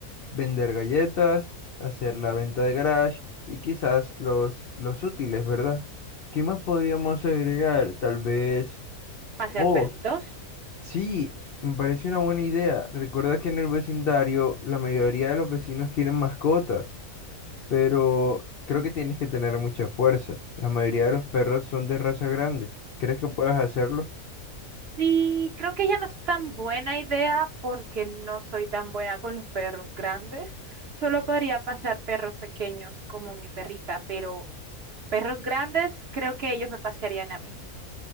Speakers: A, on the left; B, on the right.
A: vender galletas, hacer la venta de garage y quizás los, los útiles, ¿verdad? ¿Qué más podríamos agregar? Tal vez...
B: pasear
A: Oh,
B: perritos.
A: sí, me parece una buena idea. Recuerda que en el vecindario la mayoría de los vecinos tienen mascotas, pero creo que tienes que tener mucha fuerza. La mayoría de los perros son de raza grande. ¿Crees que puedas hacerlo?
B: Sí, creo que ya no es tan buena idea porque no soy tan buena con los perros grandes. Solo podría pasar perros pequeños como mi perrita, pero perros grandes creo que ellos me pasearían a mí.